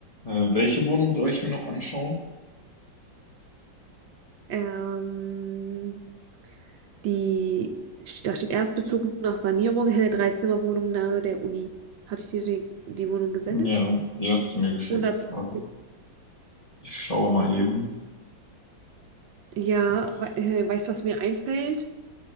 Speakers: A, on the left (about 20°); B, on the right (about 75°).
A: Äh, welche Wohnung soll ich mir noch anschauen?
B: Ähm, die, da steht Erstbezug nach Sanierung, helle Dreizimmerwohnung nahe der Uni. Hatte ich dir die, die Wohnung gesendet?
A: Ja, die hast du mir geschickt.
B: 120.
A: Warte, ich schaue mal eben.
B: Ja,
A: Okay.
B: we äh, weißt du, was mir einfällt?